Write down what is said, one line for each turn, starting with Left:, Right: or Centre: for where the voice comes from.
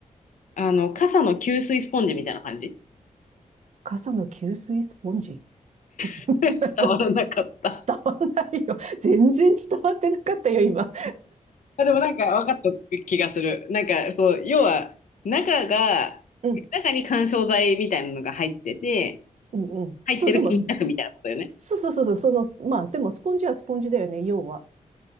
Left: あの、傘の吸水スポンジみたいな感じ
Right: 傘の吸水スポンジ。
Left: <laughs>
Right: <laughs>
Left: 伝わらなかった。
Right: 伝わんないよ。全然伝わってなかったよ、今。
Left: あ、でもなんか分かった気がする。なんかそう、要は中が、
Right: うん、
Left: 中に緩衝材みたいなのが入ってて、
Right: うん、うん。
Left: 入ってる巾着みたいなことよね。
Right: そう、でも、そうそうそうそう、その、すまあ、でもスポンジはスポンジだよね、要は。